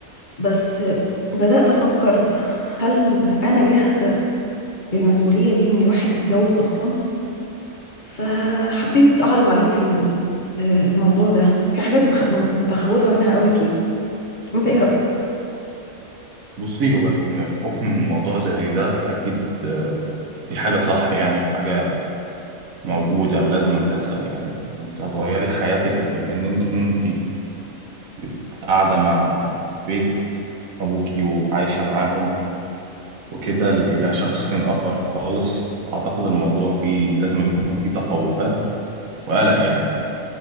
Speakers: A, on the left; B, on the right.
A: بس آه، بدأت أفكر هل أنا جاهزة للمسؤولية دي إن الواحد يتجوز أصلا؟ فحبيت اعرض عليك ال- الموضوع ده في حاجات بتخ... مت- متخوفة منها قوي فيه انت ايه رأيك
B: بصي هو إن الخوف من موضوع زي ده فأكيد آه، دي حاجة صح يعني وحاجة موجودة ولازم أن تحصل يعني أنت هتغيري حياتك من إن أنت كنتي بت- قاعدة مع بيت أبوكي وعايشة معاهم وكده ل- إلى شخص آخر خالص أعتقد الموضوع فيه لازم أن يكون فيه تخوفات وقلق يعني